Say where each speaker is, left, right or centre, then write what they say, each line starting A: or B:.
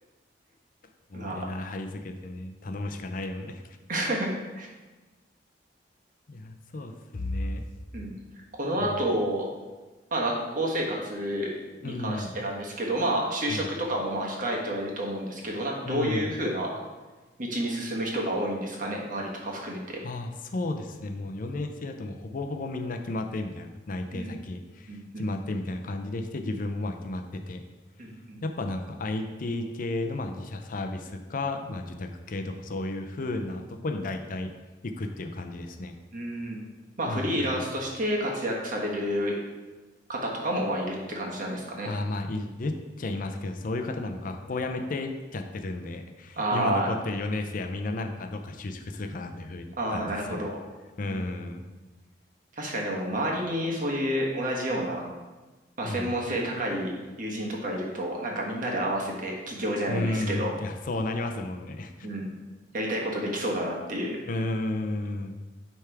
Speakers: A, on the left; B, on the right.
A: <laughs> もうエラー貼り付けてね、
B: まあ、
A: 頼むしかないよね。
B: <laughs>
A: いや、そうっすね。
B: うん。この後、
A: うん、
B: まあ学校生活に関してなんですけど、
A: うん、
B: まあ就職とかもまあ控えてはいると思うんですけど、
A: うん、
B: なんかどういうふうな
A: うん。
B: 道に進む人が多いんですかね、周りとか含めて。
A: ああ、そうですね。もう4年生だともうほぼほぼみんな決まってるみたいな、内定先
B: うん。うん、うん、
A: 決まってるみたいな感じでして、自分もまあ決まってて、
B: うん、うん。
A: やっぱなんか IT 系のまあ自社サービスか、まあ受託系とかそういう風なとこに大体行くっていう感じですね。
B: うん。まあ、
A: うん。
B: フリーランスとして活躍される方とかも、まあ、いるって感じなんですかね。
A: ああ、まあ、いるっちゃいますけど、そういう方なんか学校辞めてっちゃってるんで、
B: あ
A: 今残ってる4年生はみんななんかどっか就職するかなっていう風な感じですね。
B: あ、ああ、なるほど。
A: うん。
B: うんうん確かにでも、周りにそういう同じような、まあ、
A: うん。
B: 専門性高い友人とかいると、なんかみんなで合わせて起業じゃないですけど、
A: うん。いや、そうなりますもんね。
B: うん、やりたいことできそうだなっていう。
A: うーん。